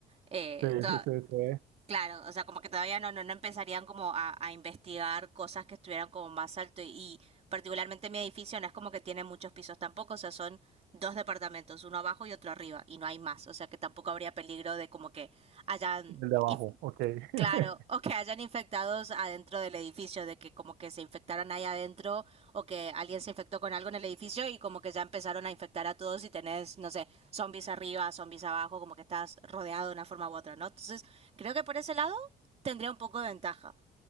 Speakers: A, on the right; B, on the right.
A: eh,
B: Sí,
A: toda-
B: sí, sí, sí.
A: Claro, o sea, como que todavía no, no, no empezarían como a, a investigar cosas que estuvieran como más alto y, y particularmente mi edificio no es como que tiene muchos pisos tampoco, o sea, son dos departamentos, uno abajo y otro arriba y no hay más, o sea que tampoco habría peligro de como que hayan
B: El de abajo,
A: inf-
B: ok. <laughs>
A: Claro, o que hayan infectados adentro del edificio, de que como que se infectaron ahí adentro o que alguien se infectó con algo en el edificio y como que ya empezaron a infectar a todos y tenés, no sé, zombies arriba, zombies abajo, como que estás rodeado de una forma u otra, ¿no? Entonces, creo que por ese lado tendría un poco de ventaja.